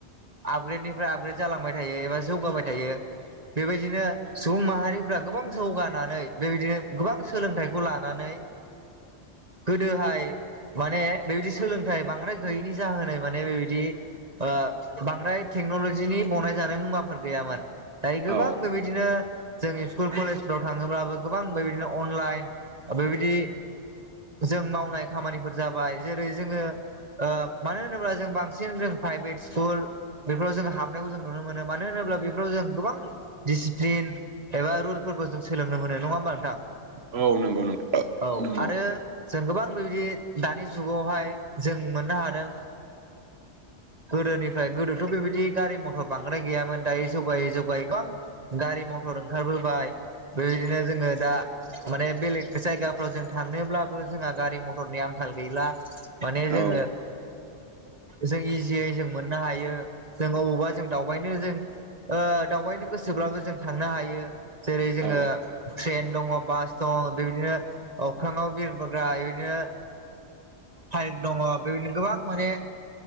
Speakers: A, on the right; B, on the right.
A: आपग्रेडनिफ्राय आपग्रेड जालांबाय थायो एबा जौगाबाय थायो। बेबायदिनो सुबुं माहारिफ्रा गोबां जौगानानै बेबायदिनो गोबां सोलोंथाइखौ लानानै गोदोहाय माने बेबायदि सोलोंथाइ बांद्राय गैयैनि जाहोनै माने बेबायदि आ बांद्राय टेक्न'लजिनि बनाय जानाय मुवाफोर गैयामोन। दायो गोबां
B: औ
A: बेबायदिनो जों स्कुल कलेजफ्राव थाङोब्लाबो गोबां बेबायदिनो अनलाइन बेबायदि जों मावनाय खामानिफोर जाबाय जेरै जोङो मानो होनोब्ला जों बांसिन जों प्राइभेट स्कुल बेफोराव जों हाबनायखौ जों नुनो मोनो मानो होनोब्ला बेफोराव जों गोबां दिडिसिप्लिन एबा रुलफोरखौ जों सोलोंनो मोनो नङा होमबा नोंथां
B: औ नंगौ नोंथां
A: औ
B: नंगौ
A: आरो जों गोबां बेबायदि दानि जुगावहाय जों मोननो हादों गोदोनिफ्राय गोदोथ' बेबायदि गारि मथर बांद्राय गैयामोन दाय जगायै जगायैं गारि मथर ओंखारबोबाय बेबायदिनो जोङो दा माने बेलेग जायगाफ्राव जों थांनोब्लाबो जोंहा गारि मथरनि आंखाल गैला माने
B: औ
A: जोङो जों इजियै जों मोननो हायो जों अबावबा जों दावबायनो जों दावबायनो गोसोब्लाबो जों थांनो हायो जेरै जोङो
B: औ
A: ट्रेन दङ बास दं बेबायदिनो अख्राङाव बिरबोग्रा बिदिनो पाइक दङ बेबायनो गोबां माने